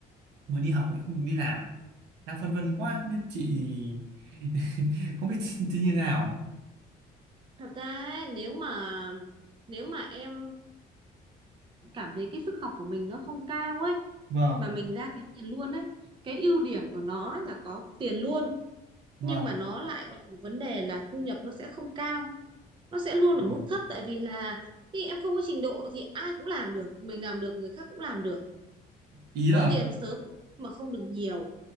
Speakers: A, on the right; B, on the right.
A: Mới đi học lại không được đi làm. Đang phân vân quá, không biết chị <laughs> không biết chị như thế nào.
B: thật ra ấy, nếu mà nếu mà em cảm thấy cái sức học của mình nó không cao ấy
A: Vâng,
B: mà mình ra kiếm tiền luôn ấy cái ưu điểm của nó là có tiền luôn
A: vâng.
B: nhưng mà nó lại bị một vấn đề là thu nhập nó sẽ không cao nó sẽ luôn ở
A: Vâng.
B: mức thấp tại vì là khi em không có trình độ thì ai cũng làm được mình làm được người khác cũng làm được
A: Ý
B: có
A: là
B: tiền sớm mà không được nhiều